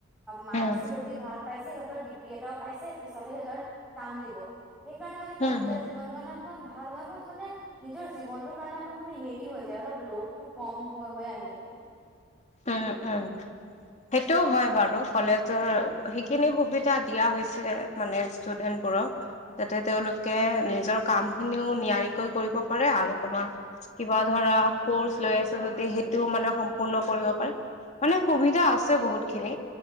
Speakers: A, in the centre; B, on the left.
A: মাৰ্কও
B: উম,
A: সহতি ভাল পাইছে সিহতৰ ডিগ্ৰী এটাও পাইছে পিছলে সিহতৰ কাম দিব। সেইকাৰণে মানে
B: হম,
A: কলেজৰ
B: হম,
A: জীৱনতটো মানে ইমান ভাল ভাবে মানে নিজৰ জীৱনটোৰ কাৰণে অকণ মানে হেৰি হৈ যায় অলপ লোডটো কম হৈ - হৈ আহি থাকে।
B: উম - উম। সেইটোও হয় বাৰু কলেজৰ সেইখিনি সুবিধা দিয়া হৈছে মানে ষ্টুডেন্ট বোৰক তাতে তেওলোকে নিজৰ কাম খিনিও নিয়াৰিকৈ কৰিব পাৰে আৰু তোমাৰ কিবা ধৰা কৰ্চ লৈ আছে যদি সেইটোও মানে সম্পূৰ্ণ কৰিব। মানে সুবিধা আছে বহুত খিনি।